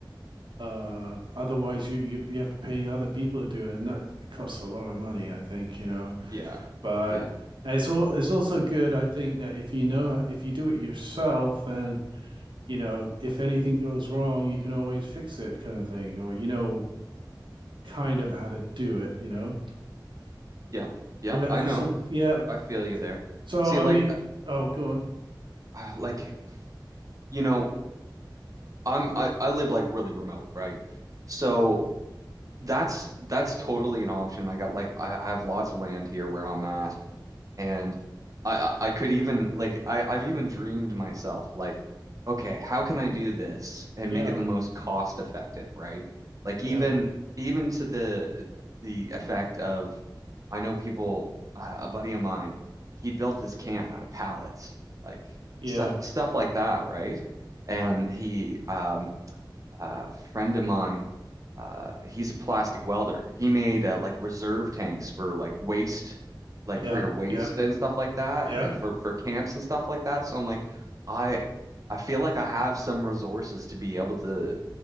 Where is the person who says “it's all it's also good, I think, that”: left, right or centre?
Right